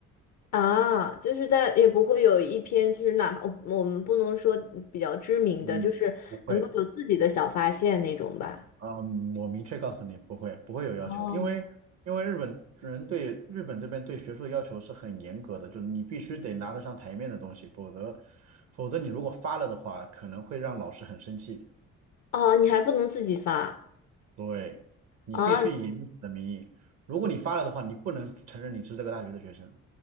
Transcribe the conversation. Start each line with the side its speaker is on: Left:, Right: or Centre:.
Left: 啊，就是在也不会有一篇，就是哪怕我们不能说比较知名的，
Right: 嗯，
Left: 就是能够有自己的小发现那种吧。
Right: 不会，啊，我明确告诉你，不会，不会有要求，
Left: 哦，
Right: 因为因为日本人对日本这边对学术要求是很严格的，就是你必须得拿得上台面的东西，否则否则你如果发了的话，可能会让老师很生气。
Left: 哦，你还不能自己发
Right: 对，你必须以你的名义，
Left: 啊？
Right: 如果你发了的话，你不能承认你是这个大学的学生。